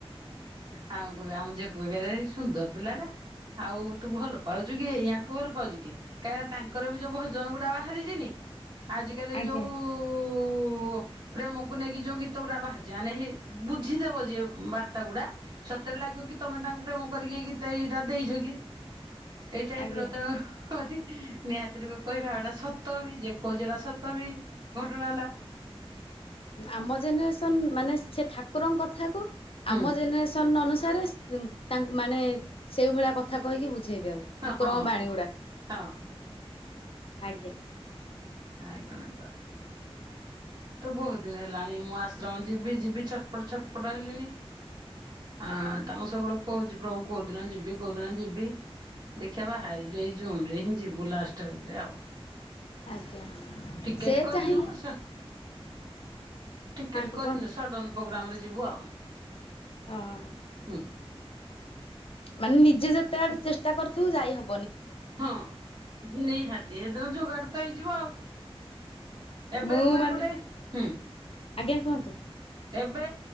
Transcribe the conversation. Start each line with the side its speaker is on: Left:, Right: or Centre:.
Right: ଆଉ କହ ଆମ ଯ କହ ସୁନ୍ଦର ପିଲା ଟା। ଆଉ ତୁ ଭଲ ପାଉଛୁ କି ୟାକୁୁ ଭଲ ପାଉଛୁ କି? କାହିଁକିନା ତାଙ୍କର ବି ଯୋଉ ଭୋଜନ ଗୁଡା ବାହାରିଛିନି। ଆଜିକାଲି
Left: ଆଜ୍ଞା
Right: ଯୋଉ ପ୍ରେମକୁ ନେଇକି ଯୋଉ ଗୀତ ଗୁଡା ବାହାରିଛି ବୁଝିଦେବ ଯିଏ ବାର୍ତ୍ତା ଗୁଡ଼ା ସତରେ ଲାଗିବ କି ତମେ ତାଙ୍କୁ ପ୍ରେମ କରିକି ଗତ ଏଇଟା ଦେଇଛ କି। ଏଇ ଟାଇପର
Left: ଆଜ୍ଞା।
Right: ତ ଅଛି। ନିହାତିରୀ କହିବା ଏଟା ସତ ବି ଯଏ କହୁଛିଟା ସତ ବି ଘଟଣାଟା।
Left: ଆମ ଜେନେରେସନ୍ ମାନେ ସେ ଠାକୁରଙ୍କ କଥାକୁ
Right: ହୁଁ
Left: ଆମ ଜେନେରେସନ୍ ଅନୁସାରେ ତା ମାନେ ସେଇଭଳିଆ କଥା କହିକି ବୁଝେଇ ଦିଅନ୍ତି।
Right: ହଁ
Left: ଠାକୁରଙ୍କ
Right: ହଁ ହଁ
Left: ବାଣୀ ଗୁଡା।
Right: ହଁ
Left: ଆଜ୍ଞା।
Right: <unintelligible> ତ ବହୁତ ଦିନ ହେଲାଣି ମୁଁ ଆଶ୍ରମ ଯିବି ଯିବି ଛଟପଟ ଛଟପଟ ହେଲିଣି। ହଁ ତାଙ୍କୁ ସବୁବେଳେ କହୁଛି ପ୍ରଭୁ କୋଉ ଦିନ ଯିବି କୋଉ ଦିନ ଯିବି। ଦେଖିବା ବାହାରି ଏଇ ଜୁନ ରେ ହିଁ ଯିବୁ ଲାଷ୍ଟିକରେ ଆଉ।
Left: ଆଜ୍ଞା
Right: ଟିକେଟ
Left: ସେ
Right: କରିନୁ
Left: ଚାହିଁଲେ
Right: ଆଶା
Left: ହଁ
Right: ଟିକେଟ
Left: ଆଣ୍ଟି
Right: କରିନୁ
Left: କୁହନ୍ତୁ।
Right: ସଡ଼ନ ପ୍ରୋଗ୍ରାମ ରେ ଯିବୁ ଆଉ।
Left: ହଁ।
Right: ହୁଁ।
Left: ମାନେ ନିଜେ ଯେତେ ଆଡୁ ଚେଷ୍ଟା କରିୁଥିବୁ ଯାଇ ହ
Right: ହଁ ନିହାତି ସେଦିନ ଯୋଗାଡ ତ ହେଇଯିବ ଆଉ। ଏବେ
Left: ମୁଁ
Right: ମା
Left: ମାନେ
Right: ଗୋଟେ ହୁଁ।
Left: ଆଜ୍ଞା କୁହନ୍ତୁ।
Right: ଏବେ